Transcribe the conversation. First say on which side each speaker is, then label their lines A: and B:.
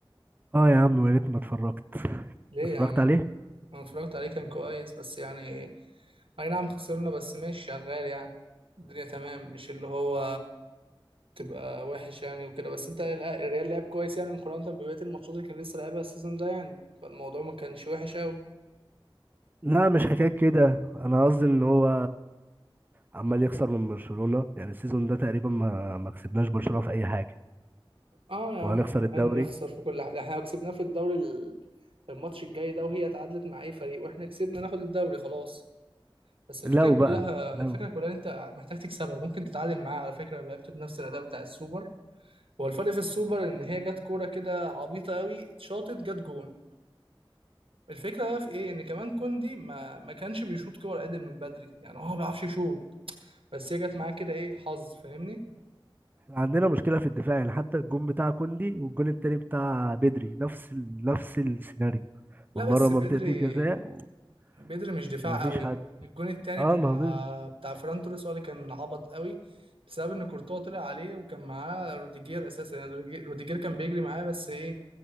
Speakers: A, on the right (about 20°); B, on the right (about 85°).
A: اه يا عم يا ريتني ما اتفرجت
B: ليه
A: اتفرجت
B: يا عم؟
A: عليه
B: أنا اتفرجت عليه كان كويس بس يعني أي نعم خسرنا بس ماشي شغال يعني الدنيا تمام مش اللي هو تبقى وحش يعني وكده بس انت الريال لعب كويس يعني مقارنة ببقية الماتشات اللي كان لسه لعبها السيزون ده يعني فالموضوع ما كانش وحش أوي
A: لا مش حكاية كده انا قصدي ان هو عمال يخسر من برشلونة يعني السيزون ده تقريبا ما ما كسبناش برشلونة في اي حاجة
B: اه يا
A: وهنخسر
B: عم احنا عمالين
A: الدوري
B: نخسر في كل حاجة احنا لو كسبناه في الدوري ال- الماتش الجاي ده وهي تعادلت مع اي فريق واحنا كسبنا ناخد الدوري خلاص بس الفكرة
A: لو
B: كلها
A: بقى لو
B: الفكرة كلها إن انت محتاج تكسبها ممكن تتعادل معاه على فكرة لو لعبت بنفس الاداء بتاع السوبر هو الفرق في السوبر ان هي جت كورة كده عبيطة قوي شاطت جت جون الفكرة بقى في ايه ان كمان كوندي ما ما كانش بيشوط كور عدل من بدري يعني هو ما بيعرفش يشوط بس هي جت معاه كده ايه حظ فاهمني
A: عندنا مشكلة في الدفاع يعني حتى الجون بتاع كوندي والجون التاني بتاع بدري نفس ال... نفس السيناريو
B: لا
A: من بره
B: بس
A: منطقة
B: بدري
A: الجزاء و-
B: بدري مش دفاع
A: ومفيش
B: قوي
A: حد
B: الجون التاني
A: اه
B: بتاع
A: ما هو بدري
B: بتاع فران توريس هو اللي كان عبط قوي بسبب ان كورتوا طلع عليه وكان معاه روديجير اساسا يعني روديجير روديجير كان بيجري معاه بس ايه